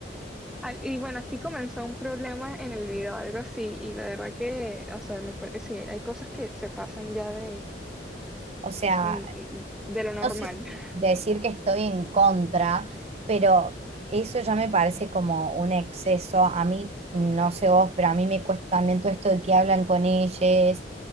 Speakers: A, in the centre; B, on the right.
A: Al- Y bueno, así comenzó un problema en el video, algo así. Y de verdad que, o sea, me pare- sí, hay cosas que se pasan ya de,
B: O sea,
A: mm, mm, de lo normal.
B: no sé si
A: <laughs>
B: decir que estoy en contra, pero eso ya me parece como un exceso. A mí, no sé vos, pero a mí me cuesta también todo esto de que hablan con ellos,